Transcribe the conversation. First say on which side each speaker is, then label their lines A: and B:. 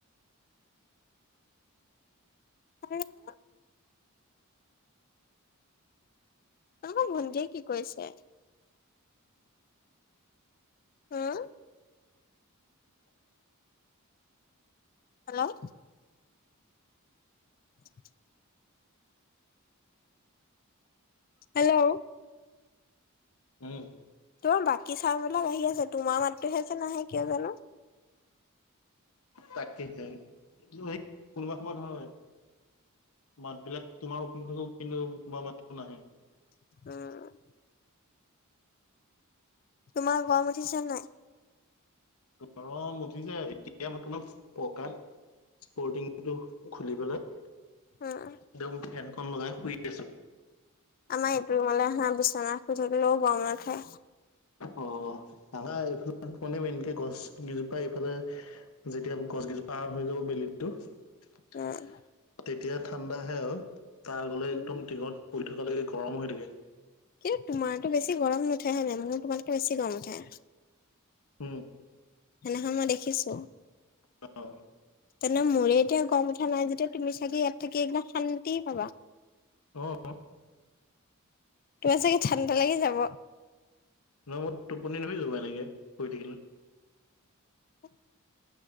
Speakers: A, on the left; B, on the left.
A: সঁচাকে কোৱা তোমালোকৰ ভণ্টিয়ে কি কৰিছে?
B: <unintelligible>
A: উম হেল্ল' চিক চিক হেল্ল
B: উম
A: তোমাৰ বাকী চাউণ্ডবিলাক আহি আছে তোমাৰ মাতোহে যে নাহে কিয় জানো।
B: তাকেইতো এইটো এক কোনোবা সময়ত হয়। মাতবিলাক তোমাৰো শুনি থাকো কিন্তু তোমাৰ মাততো নাহে।
A: উম তোমাৰ গৰম উঠিছে নাই?
B: গৰম উঠিছে এতিয়া মই তোমাৰ পকাত স্পৰ্টিংটো খুলি পেলাই
A: উম
B: একদম ফেনখন লগাই শুই আছো।
A: আমাৰ এইটো ৰুমলে আহা বিচনাত শুই থাকিলেও গৰম নুঠে।
B: অ আমাৰ এইফালে অকনি এনেকে গছ কেইজোপা এইফালে যেতিয়া গছকেইজোপা পাৰ হৈ যাব বেলি টো তেতিয়া
A: উম
B: ঠাণ্ডা আহে আৰু তাৰ আগলে একদম
A: উম
B: টিঙত পৰি থকালৈকে গৰম হৈ থাকে।
A: কিন্তু তোমাৰতো বেছি গৰম নুঠে হয় নাই মোৰ তোমাতকে বেছি গৰম উঠে।
B: উম
A: সেনাখন মই দেখিছো।
B: অ, অ
A: তেনে মোৰে এতিয়া গম উঠা নাই যেতিয়া তুমি চাগে ইয়াত থাকি একদম শান্তি পাবা।
B: অ
A: তোমাৰ চাগে ঠাণ্ডা লাগি যাব।
B: নহয় মোৰ টোপনি ধৰি যাব এনেকে পৰি থাকিলো।
A: অ